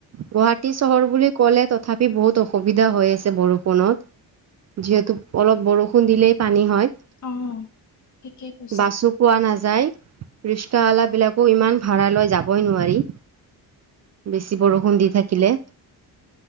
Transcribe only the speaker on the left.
অ ঠিকেই কৈছা।